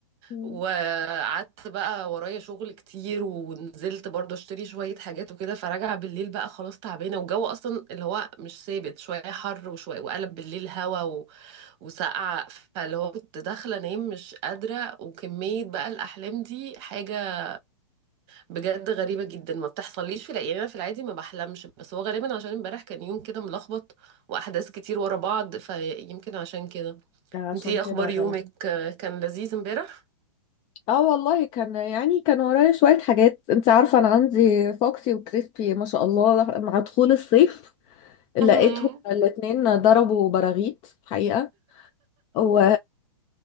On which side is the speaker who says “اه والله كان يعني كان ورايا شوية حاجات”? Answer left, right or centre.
Left